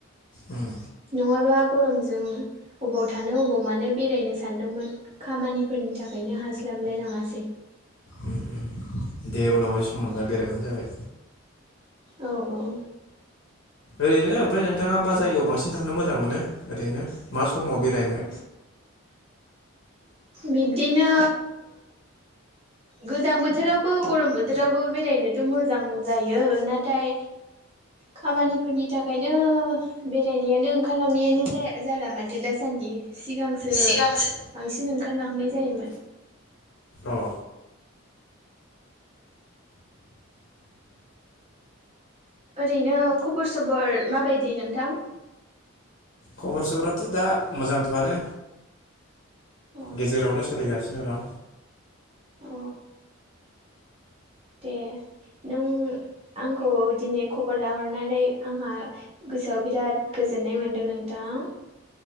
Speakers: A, on the left; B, on the right.
A: उम
B: नङाबा गरमजों अबाव थानो अबाव मानो बेरायनो सानदोंमोन खामानिफोरनि थाखायनो हास्लाबलाय लाङासै।
A: उम उम दे उनावहाय सम मोनबा बेरायबानो जाबाय।
B: औ औ
A: ओरैनो ओमफाय नोंथाङा मा जायगायाव बांसिन थांनो मोजां मोनो ओरैनो मा समाव बेरायनो?
B: बिब्दिनो गोजां बोथोरावबो गरम बोथोरावबो बेरायनोथ' मोजां जायो नाथाय खामानिफोरनि थाखायनो बेरायनायानो ओंखारलांनायानो जाया जाला माथो दासान्दि सिगां
A: सिगांसो
B: बांसिन ओंखारलांनाय जायोमोन।
A: अ
B: ओरैनो खबर सबर माबायदि नोंथां?
A: खबर सबराथ' दा मोजांथ'आनो
B: अ
A: गेजेरावनो सोलिगासिनो दं।
B: अ दे नों आंखौ दिनै खबर लाहरनानै आंहा गोसोआव बिराद गोजोननाय मोनदों नोंथां।